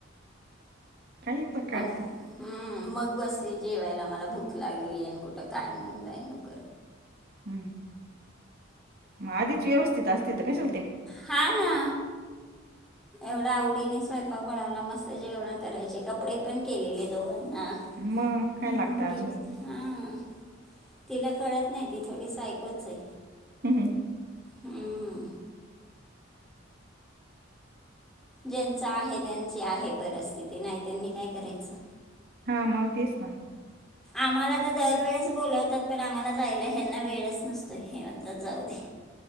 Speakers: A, on the right (about 50°); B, in the centre.
A: काही पण काढता.
B: आणि हम्म मग बसली जेवायला मला भूक लागली येन कुठं काय न कर
A: हम्म मग आधीच व्यवस्थित असते तर कशा
B: हा ना एवढा आवडीने स्वयंपाक बनवला. मला मस्त जेवणा करायचे कपडे पण केलेले दोघांना
A: मग
B: हम्म,
A: काय लागत
B: घेतले
A: अजून
B: हां तिला कळत नाही ती थोडीच सायकोच आहे.
A: हम्म हम्म.
B: हम्म. ज्यांचा आहे त्यांची आहे परिस्थिती नाही त्यांनी काय करायचं.
A: हा म तेच ना.
B: आम्हाला तर दरवेेळेच बोलावतात पण आम्हाला जायला ह्यांना वेळच नसतो हे म्हणतात जाऊ दे.